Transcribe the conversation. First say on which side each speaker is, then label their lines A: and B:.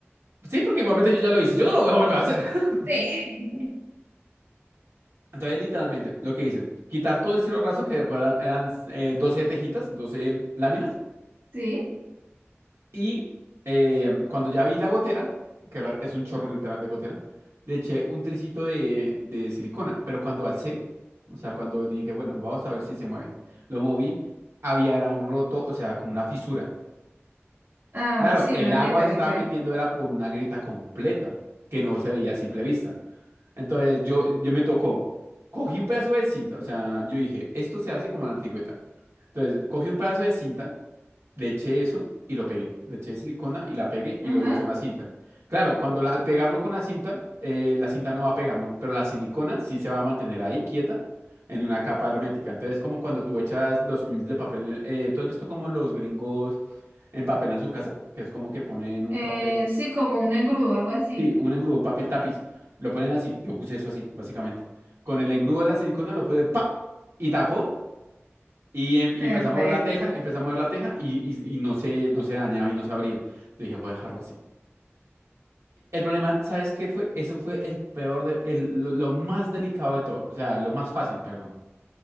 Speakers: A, on the right; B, on the right.
A: Sí, porque igualmente yo ya lo hice. Yo no lo voy a volver a hacer. <laughs>
B: Sí. <laughs>
A: Entonces, literalmente, lo que hice, quitar todo el cielo raso, que fueran, eran eh, 12 tejitas, doce láminas,
B: Sí.
A: Y eh, cuando ya vi la gotera, que era- es un chorro literal de gotera, le eché un tricito de, de silicona. Pero cuando alcé, o sea, cuando dije, bueno, vamos a ver si se mueve, lo moví, había era un roto, o sea, como una fisura.
B: Ah,
A: Claro,
B: sí,
A: el
B: una
A: agua
B: grieta
A: se
B: que
A: estaba
B: puede.
A: metiendo, era por una grieta completa, que no se veía a simple vista. Entonces yo, yo me tocó, cogí un pedazo de cinta, o sea, yo dije, esto se hace como en la antigüedad. Entonces cogí un pedazo de cinta le eché eso y lo pegué. Le eché silicona y la pegué y
B: Ajá.
A: luego eché más cinta. Claro, cuando la- al pegarlo con la cinta, eh, la cinta no va a pegar, ¿no? Pero la silicona sí se va a mantener ahí quieta en una capa hermética. Entonces, como cuando tú echas los films de papel, en el- eh, ¿tú has visto cómo los gringos empapelan su casa? Que es como que ponen un
B: Eh,
A: papel,
B: sí, como un engrudo, algo así.
A: sí, un engrudo, un papel tapiz. Lo ponen así. Yo puse eso así, básicamente. Con el engrudo de la silicona lo puse, ¡pa! Y tapó. Y, em- y
B: Perfecto.
A: empecé a mover la teja, empecé a mover la teja y, y- y no se, no se dañaba y no se abría. Yo dije, voy a dejarlo así. El problema, ¿sabes qué fue? Eso fue el peor, de, el- lo, lo más delicado de todo, o sea, lo más fácil, perdón.